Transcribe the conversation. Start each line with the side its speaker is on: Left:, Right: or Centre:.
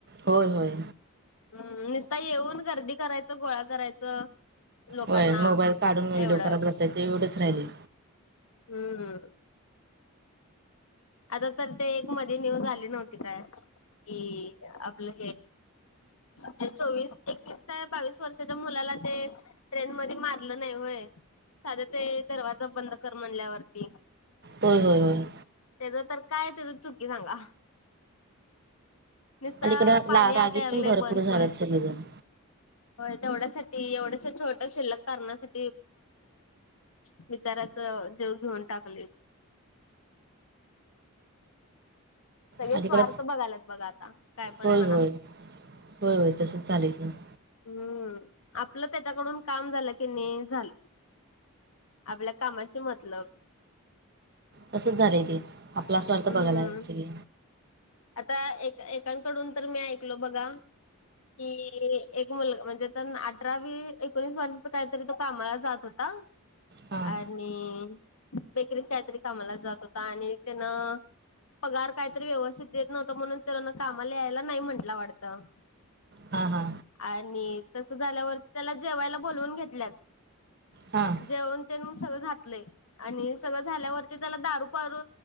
Right: होय, होय.
Left: हम्. नसता येऊन गर्दी करायचं. गोळा करायचं. लोकांना
Right: होय. मोबाईल काढून व्हिडिओ
Left: एवढंच.
Right: करत बसायच एवढंच राहिलयं.
Left: हम्म. आता तर ते एक मध्ये न्यूज आली नव्हती काय. कि आपलं हे चोवीस एकवीस काय -- बावीस वर्षाच्या मुलाला ते ट्रेन मध्ये मारलं नाही होय. साध ते दरवाजा बंद कर म्हणल्यावरती.
Right: होय, होय, होय.
Left: त्याच तर काय त्याच चुकी सांगा. निसत
Right: अलीकडं
Left: पाणी
Right: ला रागीट
Left: आत यायलागलयं
Right: पण भरपूर
Left: बंद
Right: झालेत
Left: कर.
Right: सगळेजण
Left: होय. तेवढ्यासाठी एवढ्याश्या छोट्या शिल्लक कारणासाठी <unintelligible> बिचार्याचं जिव घेऊन टाकलित. सगळे
Right: अलीकडं
Left: स्वार्थ बघायलात बघा आता, काय पण
Right: होय
Left: म्हणा.
Right: होय. होय. तसच चालय <unintelligible>
Left: हम्म. आपलं त्याच्याकडून काम झालं कीनी झालं. आपल्या कामाशी मतलब.
Right: तसच झालंय ते आपला स्वार्थ
Left: हम्म
Right: बघाय लागल्यात सगळी.
Left: आता एक एकांकडून तर मी ऐकल बघा की एक मुल म्हणजे तर अठरावी एकोणीस वर्षाचा काहीतरी तो कामाला जात होता.
Right: हां
Left: आणि बेकरीत काहीतरी कामाला जात होता आणि तेनं -- पगार काहीतरी व्यवस्थित देत नव्हता म्हणून तेन कामाला यायला नाही म्हटला वाटतं
Right: हा. हा.
Left: आणि तसं झाल्यावर त्याला जेवायला बोलवून घेतल्यात
Right: हं.
Left: जेवण तेन सगळं घातलय आणि सगळं झाल्यावरती त्याला दारू पारू